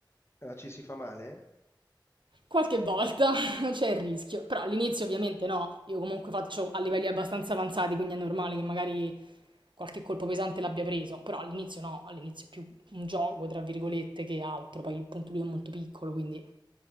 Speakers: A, on the left (about 30°); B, on the right (about 75°).
A: Ah, ci si fa male?
B: Qualche volta <laughs> c'è il rischio, però all'inizio ovviamente no, io comunque faccio a livelli abbastanza avanzati, quindi è normale che magari qualche colpo pesante l'abbia preso, però all'inizio no, all'inizio è più un gioco, tra virgolette, che altro, poi il punto lui è molto piccolo, quindi